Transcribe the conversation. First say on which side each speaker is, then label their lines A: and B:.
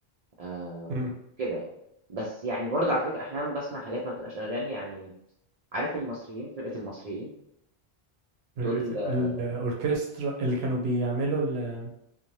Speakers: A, on the right (about 50°); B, on the right (about 80°).
A: آه
B: أمم.
A: كده يعني بس يعني برضو على فكرة أحيانا بسمع حاجات ما بتبقاش أغاني يعني عارف المصريين فرقة المصريين دول
B: ال-
A: آه،
B: الأوركسترا اللي كانوا بيعملوا ال-